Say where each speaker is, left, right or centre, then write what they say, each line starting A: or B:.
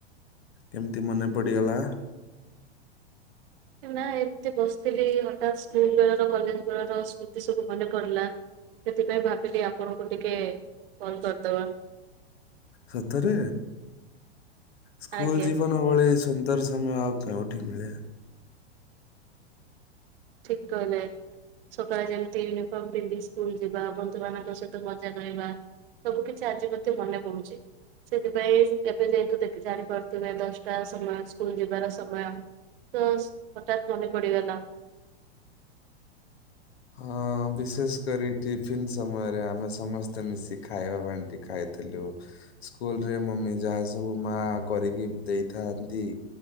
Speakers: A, on the left; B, on the right.
A: କେମିତି ମନେ ପଡିଗଲା।
B: ନା ଏମତି ବସିଥିଲି ହଠାତ୍ ସ୍କୁଲ ବେଳର କଲେଜ ବେଳର ସ୍ମୃତି ସବୁ ମନେ ପଡିଲା। ସେଥିପାଇଁ ଭାବିଲି ଆପଣଙ୍କୁ ଟିକେ କଲ କରିଦବା।
A: ସତରେ ସ୍କୁଲ
B: ଆଜ୍ଞା।
A: ଜୀବନ ଭଳି ସୁନ୍ଦର ସମୟ ଆଉ କେଉଁଠି ମିଳେ।
B: ଠିକ କହିଲେ। ସକାଳେ ଯେମିତି ୟୁନିଫର୍ମ ପିନ୍ଧି ସ୍କୁଲ ଯିବା, ବନ୍ଧୁ ମାନଙ୍କ ସହିତ ମଜା କରିବାହା। ସବୁ କିଛି ଆଜି ମତେ ମନେ ପହୁଛି। ସେଥିପାଇଁ ଏବେ ଯେହତୁ ଦେଖ ଜାଣିପାରୁଥିବେ ଦଶଟା ସମୟ ସ୍କୁଲ ଯିବାର ସମୟ। ତ ହଠାତ୍ ମନେ ପଡିଗଲା।
A: ହଁ। ହଁ ବିଶେଷ କରି ଟିଫିନ୍ ସମୟରେ ଆମେ ସମସ୍ତେ ମିଶି ଖାଇବା ବାଣ୍ଟି ଖାଇଥିଲୁ। ସ୍କୁଲ ରେ ମମି ଯାହା ସବୁ ମା କରିକି ଦେଇଥାନ୍ତି।